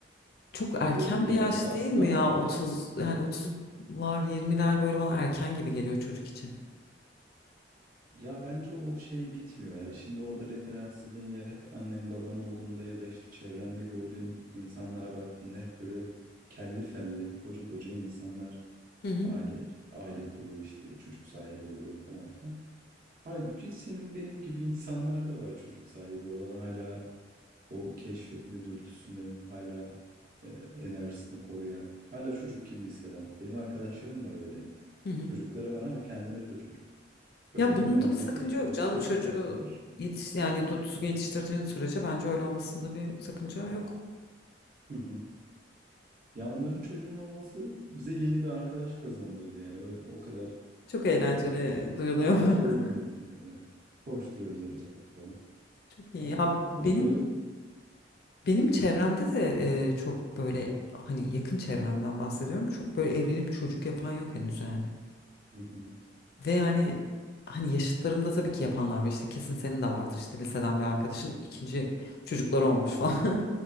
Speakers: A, on the left; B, on the right.
A: Çok
B: Ya
A: erken
B: öyle bir yerde
A: bir yaş
B: de aslında
A: değil mi
B: ama
A: ya? otuz yani 30'lar yirmiler böyle bana erken gibi geliyor çocuk için.
B: ya bence o şey bitmiyor ya. Şimdi orada referansladığın yer hep annen baban olduğunda ya da işte çevrende gördüğün insanlara baktığında hep böyle kelli felli koca koca insanlar
A: Hı hı.
B: aile aile kuruyor işte çocuk sahibi oluyor falan filan. Halbuki senin benim gibi insanlar da var çocuk sahibi olan hala o keşfetme dürtüsünü, hala e, enerjisini koruyan, hala çocuk gibi hisseden. Benim arkadaşlarım var öyle.
A: Hı hı.
B: Çocukları var ama kendileri de çocuk. Böyle
A: Ya
B: hep
A: bunun
B: beraber
A: da bir sakınca
B: eğleniyoruz.
A: yok canım.
B: Çocuk
A: Çocuğu
B: yaptılar.
A: yetiş yani du- düzgün yetiştirdiğin sürece bence öyle olmasında bir sakınca yok.
B: Hı hı. Ya onların çocuğunun olması bize yeni bir arkadaş kazandırdı yani öyle o kadar.
A: Çok eğlenceli
B: <laughs>
A: duyuluyor
B: Hala oyun
A: bana.
B: oynuyoruz yani. Koşturuyoruz etrafta falan.
A: <laughs> Çok iyi.
B: Yani
A: Ya benim
B: ö- öyle
A: benim çevremde de e, çok böyle hani yakın çevremden bahsediyorum. Çok böyle evlenip çocuk yapan yok henüz yani.
B: Hı hı.
A: Ve yani hani yaşıtlarımda tabii ki yapanlar var işte kesin senin de vardır işte liseden bir arkadaşın ikinci çocukları olmuş falan.